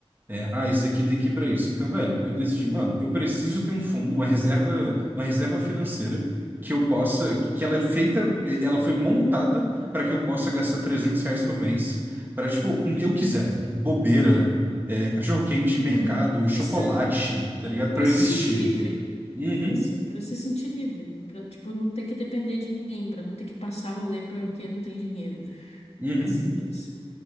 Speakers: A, on the right; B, on the left.
A: É, ah, esse aqui tem que ir para isso. Então, velho, eu decidi, mano, eu preciso ter um fundo, uma reserva, uma reserva financeira que eu possa, que ela é feita, ela foi montada para que eu possa gastar 300 reais por mês para, tipo, com o que eu quiser. Bobeira, é, cachorro-quente,
B: uhum.
A: mercado, chocolate,
B: Para se,
A: tá ligado?
B: para
A: Para eu
B: se
A: existir.
B: sentir livre.
A: Uhum,
B: Isso, para se sentir livre. Para, tipo, não ter que depender de ninguém, para não ter que passar rolê porque não tem dinheiro.
A: uhum,
B: É simples.